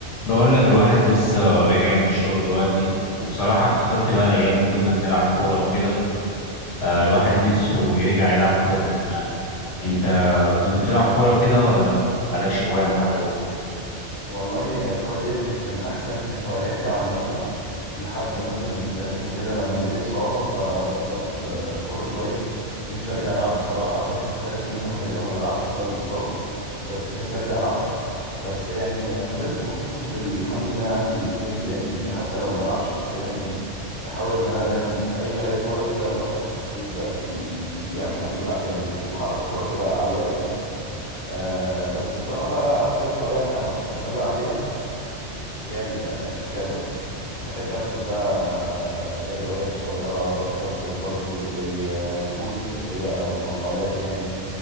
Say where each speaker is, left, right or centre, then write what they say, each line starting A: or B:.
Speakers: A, on the left; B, on the left.
A: بقول لك الواحد لسه راجع من الشغل دلوقتي وبصراحة افتكرت بقى الأيام ما كنا بنلعب كورة وكده آه، الواحد نفسه يرجع يلعب كورة زي زمان أنت كنت بتلعب كورة وكده ولا مالكش هواية محددة؟
B: والله الكرة ديت كانت من أحسن هواياتي عامة لحد مثلا من سنتين كده لما جالي إصابة فبطلت آه، الكرة شوية نفسي أرجع ألعب بصراحة داخل في ثلاث سنين أهو تقريبا ما بلعبش بسبب الإصابة بس نفسي أرجع ألعب بس يعني ما زلت محتفظ بالحمد لله عندي السكيلز يعني حتى لو ما بلعبش بس دايما إيه بحاول إن أنا دايما أي ما ألاقي كورة كده الواحد يبدأ ي- يعمل يلعب يعني يحرك الكورة كده على الواقف آه بس بصراحة بقى أكتر هواية أنا مستمر عليها هي ال- الكتابة بحب أكتب بقى آه، روايات صغيرة بحب أكتب برضو زي آه، كوت كده أو مقالات يعني